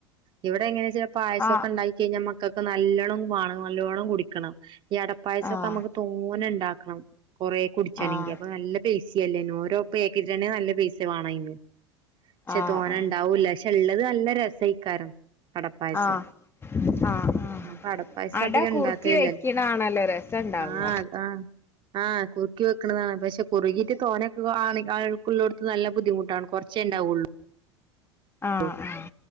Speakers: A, on the right; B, on the left.
A: ഇവിടെ എങ്ങനെച്ചാ പായസൊക്കെ
B: ആഹ്
A: ഉണ്ടായി പിന്നെ മക്കക്ക് നല്ലോണം വാണം നല്ലോണം കുടിക്കണം ഈ അടപ്പായസൊക്കെ
B: ആഹ്
A: നമ്മക്ക് തോനെണ്ടാക്കണം കൊറേ കുടിച്ചണെങ്കി
B: ആഹ്
A: അപ്പൊ നല്ല പൈസ അല്ലേ ഓരോ പാക്കറ്റ്നന്നെ നല്ല പൈസ വാണം അയ്‌ന് പക്ഷെ
B: ആഹ്
A: തോനെ
B: ആഹ്
A: ണ്ടാവൂല്ല പക്ഷെ ഉള്ളത് നല്ല രസായ്ക്കാരം അടപ്പായസം
B: ആഹ് ആഹ് ആഹ്
A: അപ്പ അടപ്പായസധികം
B: അട കുറുക്കി
A: ണ്ടാകലില്ല
B: വെക്കണാണല്ലോ രസം ഉണ്ടാവുക
A: ആഹ് അതാ ആഹ് കു - കുർക്കി വെക്ക്ണതാണ് പക്ഷെ കുറുകിട്ട് തോനെ ഒക്കെ ആളൊക്കെള്ളോട്ത്ത് നല്ല ബുദ്ധിമുട്ടാണ് കുറച്ചേ ഉണ്ടാവുള്ളു
B: ആഹ്
A: ള്ളു
B: ആഹ്